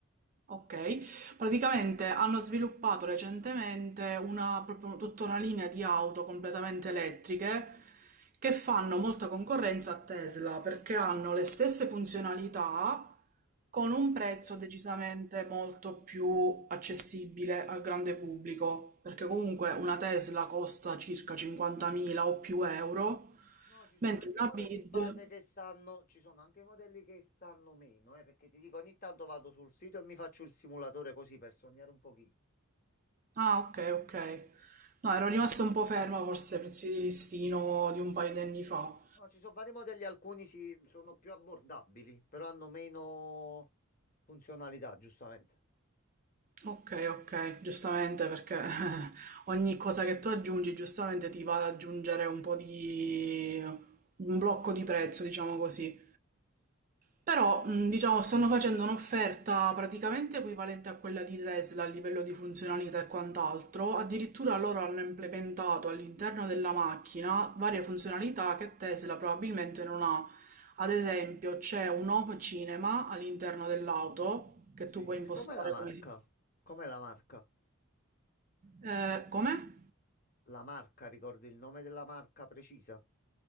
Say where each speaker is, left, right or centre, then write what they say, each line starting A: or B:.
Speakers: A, on the right; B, on the left.
A: Ok, praticamente hanno sviluppato recentemente una, proprio tutta una linea di auto completamente elettriche che fanno molta concorrenza a Tesla perché hanno le stesse funzionalità con un
B: Ok.
A: prezzo decisamente molto più accessibile al grande pubblico, perché comunque una Tesla costa circa 50.000 o più euro,
B: No, ci sono
A: mentre
B: anche
A: una
B: modelli
A: BID...
B: base che stanno, ci sono anche modelli che stanno meno, eh, perché ti dico, ogni tanto vado sul sito e mi faccio il simulatore così per sognare un pochino.
A: Ah, ok, ok. No, ero rimasta un po' ferma forse ai prezzi di listino di un paio di anni fa.
B: No, ci sono vari modelli, alcuni si- sono più abbordabili, però hanno meno funzionalità, giustamente.
A: Ok, ok, giustamente perché <laughs> ogni cosa che tu aggiungi giustamente ti va ad aggiungere un po' di... un blocco di prezzo, diciamo così. Però, mh, diciamo, stanno facendo un'offerta praticamente equivalente a quella di Tesla a livello di funzionalità e quant'altro. Addirittura loro hanno implementato all'interno della macchina varie funzionalità che Tesla probabilmente non ha. Ad esempio, c'è un home cinema all'interno dell'auto che
B: sì.
A: tu puoi impostare
B: Com'è la marca?
A: come...
B: Com'è la marca?
A: Eh, come?
B: La marca, ricordi il nome della marca precisa?